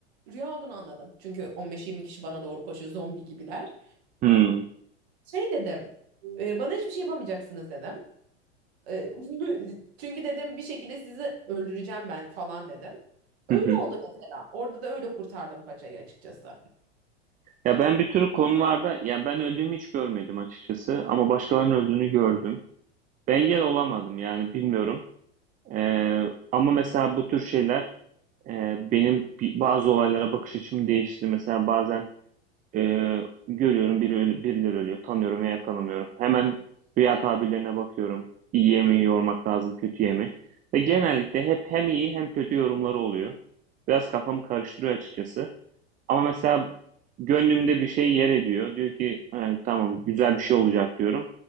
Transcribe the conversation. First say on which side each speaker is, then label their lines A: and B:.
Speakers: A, on the right; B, on the right.
A: rüya olduğunu anladım. Çünkü 15-20 kişi bana doğru koşuyor zombi gibiler.
B: Hı.
A: Şey dedim. e, bana hiçbir şey yapamayacaksınız dedim. E, <laughs> çünkü dedim bir şekilde sizi öldüreceğim ben falan dedim. Öyle
B: Hı hı.
A: oldu mesela. Orada da öyle kurtardım paçayı açıkçası.
B: Ya ben bir tür konularda, ya ben öldüğümü hiç görmedim açıkçası ama başkalarının öldüğünü gördüm. Ben engel olamadım yani bilmiyorum. Ee, ama mesela bu tür şeyler e, benim bi- bazı olaylara bakış açımı değiştirdi. Mesela bazen Ee, görüyorum biri ölü- birileri ölüyor. Tanıyorum veya tanımıyorum. Hemen rüya tabirlerine bakıyorum. İyiye mi yormak lazım, kötüye mi? Ve genellikle hep hem iyi hem kötü yorumları oluyor. Biraz kafamı karıştırıyor açıkçası. Ama mesela gönlümde bir şey yer ediyor. Diyor ki "Ha, tamam güzel bir şey olacak diyorum.